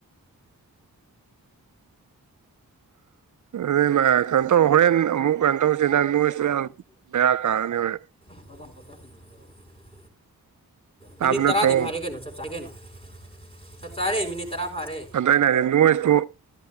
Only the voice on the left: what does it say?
<unintelligible>
ꯃꯤꯅꯤꯠ
ꯇꯔꯥꯗꯤ ꯐꯥꯔꯦ ꯀꯩꯅꯣ ꯆꯞ ꯆꯥꯔꯦ ꯀꯩꯅꯣ ꯆꯞ ꯆꯥꯔꯦ ꯃꯤꯅꯤꯠ ꯇꯔꯥ ꯐꯥꯔꯦ